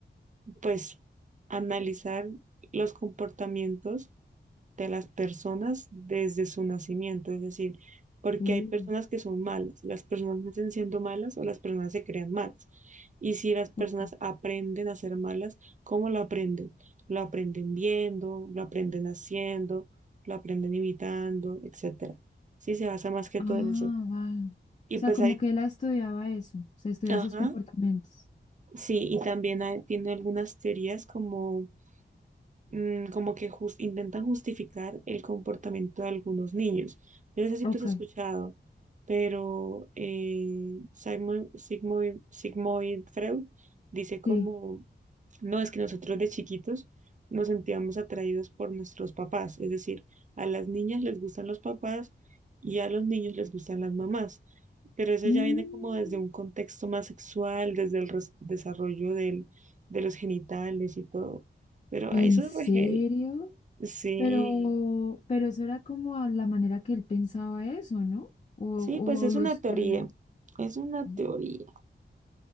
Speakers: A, on the right; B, on the left.
A: pues, analizar los comportamientos de las personas desde su nacimiento, es decir, porque
B: Uh,
A: hay personas que son malas, las personas nacen siendo malas o las personas se crean malas. Y si las personas
B: ok.
A: aprenden a ser malas, ¿cómo lo aprenden? Lo aprenden viendo, lo aprenden haciendo, lo aprenden imitando, etcétera. Sí, se basa más que
B: Ah,
A: todo en eso.
B: vale. O
A: Y
B: sea,
A: pues
B: como
A: hay,
B: que él estudiaba eso, o sea, estudiaba
A: ajá,
B: esos comportamientos.
A: sí, y también hay- tiene algunas teorías como mm, como que jus- intentan justificar el comportamiento de algunos niños. Yo no sé si
B: Ok,
A: tú has escuchado, pero eh, Simon, Sigmund, Sigmund Freud dice como,
B: sí.
A: no, es que nosotros de chiquitos nos sentíamos atraídos por nuestros papás, es decir, a las niñas les gustan los papás y a los niños les gustan las mamás. Pero eso
B: Mm,
A: ya viene como desde un contexto más sexual, desde el res- desarrollo del, de los genitales y todo. Pero
B: ¿en
A: ay, eso
B: serio?
A: es re heavy. Sí,
B: Pero, pero eso era como a la manera que él pensaba eso, ¿no? O,
A: sí,
B: o
A: pues es
B: lo
A: una
B: estudió.
A: teoría, es una
B: Uf,
A: teoría.